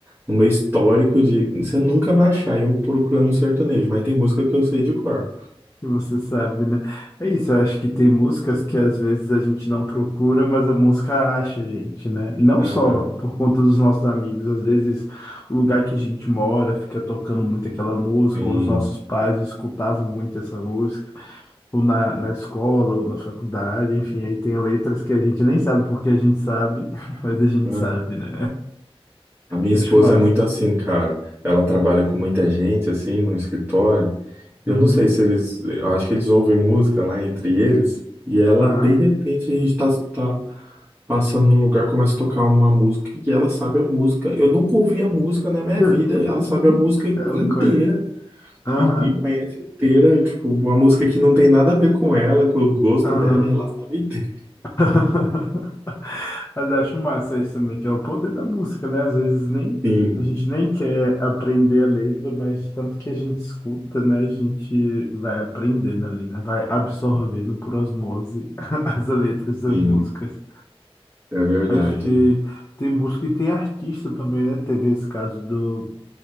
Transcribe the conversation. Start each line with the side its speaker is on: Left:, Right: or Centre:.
Right: no meu histórico de, você nunca vai achar eu procurando um sertanejo, mas tem música que eu sei de cor.
Left: Você sabe, né? É isso, eu acho que tem músicas que às vezes a gente não procura, mas a música acha a gente, né? E não
Right: Aham,
Left: só por conta dos nossos amigos, às vezes o lugar que a gente mora fica tocando muito aquela música,
Right: sim.
Left: ou os nossos pais escutavam muito essa música, ou na, na escola, ou na faculdade, enfim, aí tem letras que a gente nem sabe porque a gente sabe, <laughs> mas a gente
Right: Aham.
Left: sabe, né?
Right: A minha
Left: <laughs> Acho
Right: esposa
Left: massa.
Right: é muito assim, cara. Ela trabalha com muita gente, assim, no escritório. Eu
Left: Uhum.
Right: não sei se eles. Eu acho que eles ouvem música lá entre eles. E ela,
Left: Aham.
Right: de repente, a gente tá, tá passando num lugar, começa a tocar uma música e ela sabe a música. Eu nunca ouvi a música na minha
Left: <laughs>
Right: vida, ela sabe a música
Left: Ela
Right: inteira
Left: conhece. Aham.
Right: e, e conhece inteira, tipo, uma música que não tem nada a ver com ela, com o gosto
Left: Aham.
Right: dela, e ela sabe inteira.
Left: <laughs> Mas eu acho massa isso também, que é o poder da música, né? Às vezes nem
Right: Sim,
Left: a gente nem quer aprender a letra, mas tanto que a gente escuta, né? A gente vai aprendendo ali, né? Vai absorvendo por osmose <laughs> as letras das
Right: sim,
Left: músicas.
Right: é verdade.
Left: Acho que tem música e tem artista também, né? Teve esse caso do